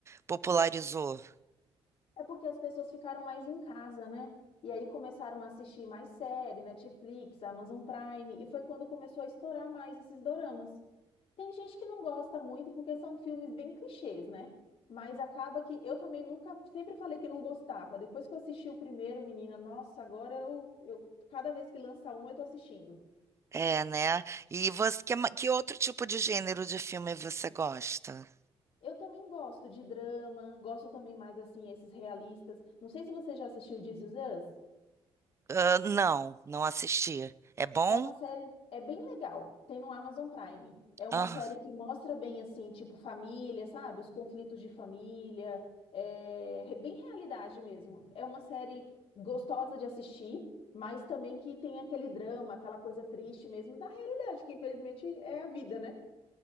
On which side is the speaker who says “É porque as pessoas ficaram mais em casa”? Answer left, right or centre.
Left